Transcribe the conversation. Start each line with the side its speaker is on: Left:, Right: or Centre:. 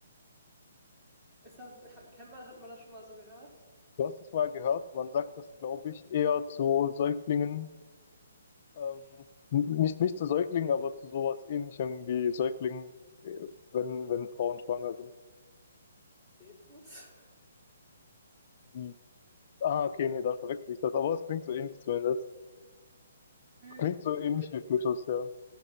Right: ist das, hat, kennt man, hat man das schon mal so gehört?
Left: Du hast es mal gehört, man sagt das, glaube ich, eher zu Säuglingen, ähm, n- nicht, nicht zu Säuglingen, aber zu sowas ähnlichem wie Säuglingen, äh, wenn, wenn Frauen schwanger sind.
Right: Petrus?
Left: Mhm. Ah, okay, nee, dann verwechsel ich das. Aber es klingt so ähnlich zumindest.
Right: Phy, äh,
Left: Klingt so ähnlich wie Plutus, ja.